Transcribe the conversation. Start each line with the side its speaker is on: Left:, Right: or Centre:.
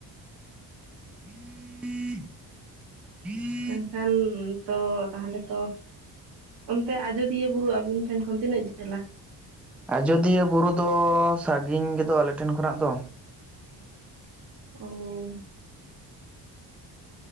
Centre: <inaudible> <unintelligible>
Right: ᱢᱮᱱᱠᱷᱟᱱ ᱛᱚ ᱛᱟᱦᱚᱞᱮ ᱛᱚᱼᱼ ᱚᱱᱛᱮ ᱟᱡᱚᱫᱤᱭᱟᱹ ᱵᱩᱨᱩ ᱟᱵᱤᱱ ᱴᱷᱮᱱ ᱠᱷᱚᱱ ᱛᱤᱱᱟᱹᱜ ᱡᱷᱟᱹᱞᱟ?
Centre: ᱟᱡᱚᱫᱤᱭᱟᱹ ᱵᱩᱨᱩ ᱫᱚ ᱥᱟᱹᱜᱤᱧ ᱜᱮᱫᱚ ᱟᱞᱮᱴᱷᱮᱱ ᱠᱷᱚᱱᱟᱜ ᱫᱚ᱾
Right: ᱚᱼᱼ